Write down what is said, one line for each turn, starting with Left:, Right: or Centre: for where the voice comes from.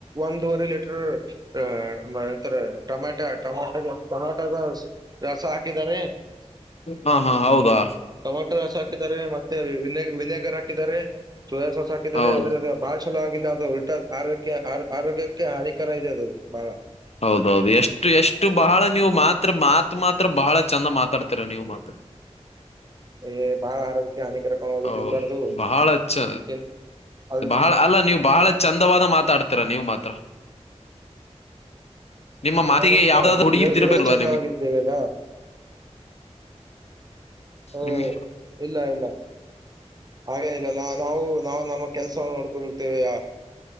Right: ಒಂದೂವರೆ ಲೀಟರ್ <unintelligible> ಟಮ್ಯಾಟಾ ಟೊಮೊಟಗಳ್ ಟೊಮೊಟದ ರಸ ಹಾಕಿದಿದಾರೆ.
Left: ಹಾ ಹಾ ಹೌದಾ?
Right: ಟಮೊಟೊ ರಸ ಹಾಕಿದ್ದಾರೆ ಮತ್ತೆ ವಿನೇಗರ್ ಹಾಕಿದ್ದಾರೆ ಸೋಯ ಸಾಸ್ ಹಾಕ್ ದಾರೆ
Left: ಹೌದು
Right: ಆದ್ರೆ ಬಾಳ್ ಚಲೋ ಆಗಿಲ್ಲ ಅದು ಉಲ್ಟಾ ಆರೋಗ್ಯ ಆರೋಗ್ಯಕ್ಕೆ ಹಾನಿಕರ ಇದೆ ಅದು ಬಹಳ.
Left: ಹೌದೌದು ಎಷ್ಟು ಎಷ್ಟು ಬಹಳ ನೀವು ಮಾತ್ರ ಮಾತ್ ಮಾತ್ರ ಬಹಳ ಚಂದ ಮಾತಾಡ್ತೀರ ನೀವು ಮಾತ್ರ.
Right: ಏ ಬಾಳ ಆರೋಗ್ಯಕ್ಕೆ ಹಾನಿಕರ ಕಾಣೋದು
Left: ಹೌ
Right: ತಿನ್ಬಾರ್ದು
Left: ಬಹಳ ಚ
Right: ತಿನ್ ಅ
Left: ಬಹಳ ಅಲ್ಲ ನೀವ್ ಬಹಳ ಚಂದವಾದ ಮಾತಾಡ್ತೀರ ನೀವ್ ಮಾತ್ರ. ನಿಮ್ಮ
Right: ನಾವು
Left: ಮಾತಿಗೆ
Right: ಮತ್
Left: ಯಾವ್ದಾದ್ರು
Right: ನಾವು
Left: ಹುಡುಗಿದ್ದಿರ್ಬೇಕಲ್ವಾ
Right: ಇರೋದೇ ಚಂದವಾಗಿದ್ದೇವೆಲ್ಲ.
Left: ನಿಮ್ಗೆ
Right: ಹ
Left: ನಿಮ್ಗೆ
Right: ಇಲ್ಲ ಇಲ್ಲ ಹಾಗೇ ಇಲ್ಲ ನಾ ನಾವು ನಾವು <unintelligible> ಕೆಲಸವನ್ನು <unintelligible>